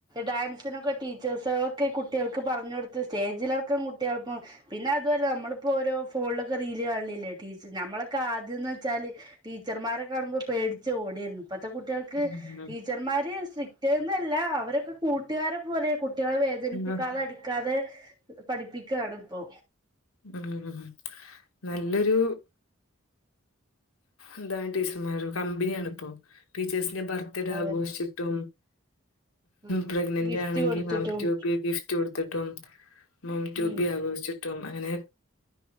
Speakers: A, on the right (about 20°); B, on the left (about 80°).
A: ഡാൻസിനൊക്കെ ട ടീച്ചേഴ്സൊക്കെ കുട്ടികൾക്ക് പറഞ്ഞഞ് കൊടുത്ത് സ്റ്റേജിലടക്കം കുട്ടികൾപ്പം പിന്നെ അതുപരെെ നമ്മളിപ്പോൾ ഓരോ ഫോണിലൊക്കെ റീൽ കാണില്ലല്ലേ ടീ നമ്മളൊക്കെ ആദ്യംെന്ന് വെച്ചാൽ ടീച്ചർമാരെക്ക കാണുമ്പോൾ പേടിച്ചച്ച് ഓടിയിരുന്നു ഇപ്പത്തെ കുട്ടികൾക്ക്
B: ഉം
A: ടീച്ചർമാര് പറ്റന്നല്ല അവരൊക്കെ കൂട്ടുകാരെ പോലെ കുട്ടികളെ വേദനിപ്പിക്കാതെ
B: ആഹ്
A: അടിക്കാതെ പഠിപ്പിക്കാണ് ഇപ്പൊ
B: ഉം നല്ലൊരു എന്താണ് ടീച്ചർമാര കമ്പനിയണ ഇപ്പോ ടീച്ചേഴ ന്റെ ബർത്ത് ഡേ
A: അതെ
B: ആഘോഷിച്ചിട്ടും
A: ആഹ്
B: പ്രെഗ്നന്റ്
A: ഗിഫ്റ്റ്
B: ആണെങ്കിൽ
A: കൊടുത്തിട്ടും
B: മാംറ്റോപ്പി ഗിഫ്റ്റ് കൊടുത്തിട്ടും മം ട്യൂബി
A: ഉം
B: ആഘോഷിച്ചിട്ടും അങ്ങനെ